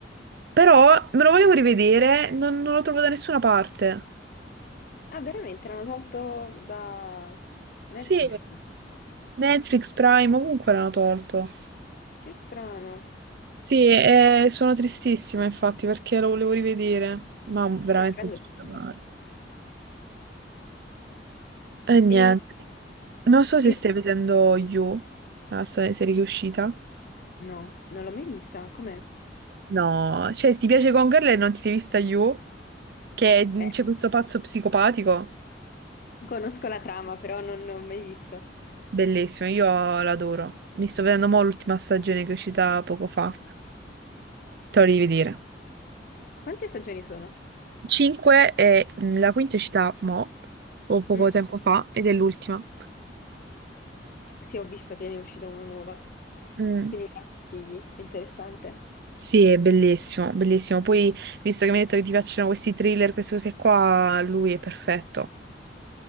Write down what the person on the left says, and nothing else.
Ah, veramente l'hanno tolto da Netflix.
Che strano.
Sì, è una grande
perdita.
E,
e-
no, non l'ho mai vista. Com'è?
Eh,
conosco la trama, però non l'ho mai vista.
Quante stagioni sono?
Mm,
Sì, ho visto che ne è uscita una nuova.
Quindi me la consigli. È interessante.